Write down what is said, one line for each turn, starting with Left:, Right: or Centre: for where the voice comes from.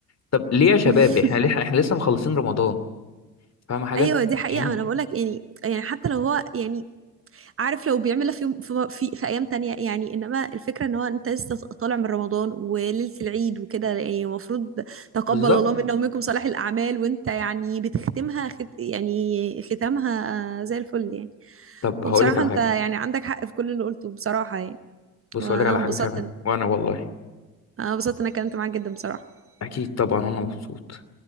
Left: طب ليه يا شباب
Right: <laughs>
Left: احنا ليه احنا لسه مخلصين رمضان فاهم حاجة
Right: ايوه دي حقيقة
Left: يعني
Right: انا بقولك يعني يعني حتى لو هو يعني عارف لو بيعملها في يوم في, في, في ايام تانية يعني انما الفكرة ان هو انت لسه طالع من رمضان وليلة العيد وكده يعني المفروض تقبل
Left: بالظبط
Right: الله منا ومنكم صالح الاعمال وانت يعني بتختمها خت يعني ختامها زي الفل يعني
Left: طب هقول
Right: وبصراحة
Left: لك على
Right: انت
Left: حاجة
Right: يعني عندك حق في كل اللي قلته بصراحة يعني
Left: بص
Right: وانا
Left: اقول لك على
Right: انبسطت
Left: حاجة كمان
Right: إن-
Left: وانا والله
Right: انا انبسطت إن انا اتكلمت معاك جدا بصراحة
Left: اكيد طبعا انا مبسوط